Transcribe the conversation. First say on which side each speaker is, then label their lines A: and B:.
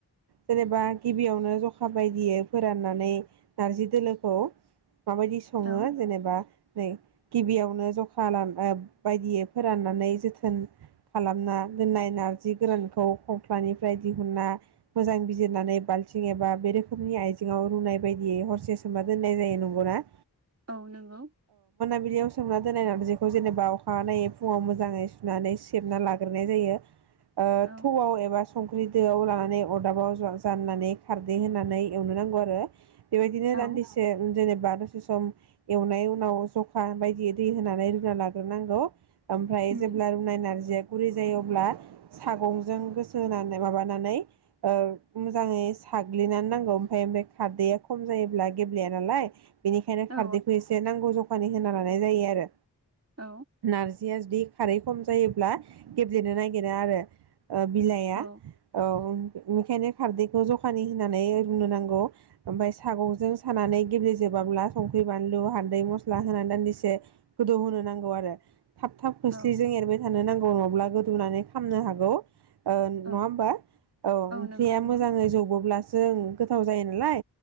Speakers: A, on the right; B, on the right.
A: जेनेबा गिबियावनो जखा बायदियै फोराननानै नारजि दोलोखौ माबायदि सङो
B: औ
A: जेनेबा नै गिबियावनो जखा लाना बायदियै फोराननानै जोथोन खालामना दोननाय नारजि गोरानखौ खंख्लानिफ्राय दिहुनना मोजां जिरनानै बाल्थिं एबा बे रोखोमनि आइजेंआव रुनाय बायदियै हरसे सोमना दोननाय जायो नंगौना?
B: औ नोंगौ
A: बिलियाव सोमना दोननाय नारजिखौ जेनेबा अखानायै फुंआव मोजांयै सुनानै सेबना लाग्रोनाय जायो। ओ
B: औ
A: थौआव एबा संख्रि दोआव लानानै अरदाबाव जा-जाननानै खारदै होनानै एवनो नांगौ आरो बेबायदिनो
B: औ
A: दान्दिसे जेनेबा दसे सम एवनाय उनाव ज'खा बायदि दै होनानै रुना लाग्रोनांगौ ओमफ्राय
B: उम
A: जेब्ला रुनाय नारज जे गुरै जायो अब्ला सागंजों गोसो होनानै माबानानै ओ मोजाङै साग्लिनानै नांगौ ओमफ्राय ओमफ्राय खारदैया खम जायोब्ला गेब्लेया नालाय बेनिखायनो खारदैखौ
B: औ
A: एसे नांगौ ज' खानि होना लानाय जायो आरो
B: औ
A: नारजिया जु जुदि खारै खम जायोब्ला गेब्लेनो नागिरा आरो ओ बिलाइआ
B: औ
A: औ बेखायनो खारदैखौ जखानि होनानै रुनो नांगौ ओमफाय सागंजों सानानै गेब्लेेजोबाब्ला संख्रि, बानलु, हालदै, म'स्ला होनानै दान्दिसे गोदौ होनोनो नांगौ आरो थाब-थाब खोस्लिजों
B: औ
A: एरबाय थानो नां अङब्ला गोदौनानै खामनो हागौ ओ
B: औ
A: नङा होमबा औ ओंख्रिया
B: नंगौ नंगौ
A: मोजाङै जबोब्ला जों गोथाव जायो नालाय